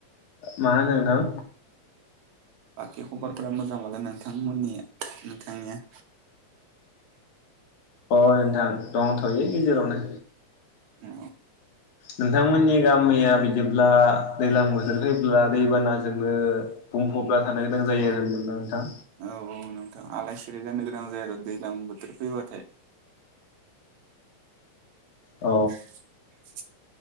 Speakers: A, on the left; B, on the right.
A: मा होनो नोंथां
B: बाकि खबरफोरा मोजां बालाय नोंथांमोननि नोंथांनिया
A: अ नोंथां दंथ'यो गेजेरावनो
B: अ
A: नोंथांमोननि गामिया बिदिब्ला दैज्लां बोथोर फैब्ला दैबानाजों नो बुंफबना थानो गोनां जायो
B: औ
A: आरो ओमबा नोंथां
B: औ नोंथां <unintelligible> <unintelligible> दैज्लां बोथोर फैबाथाय
A: औ
B: <inaudible>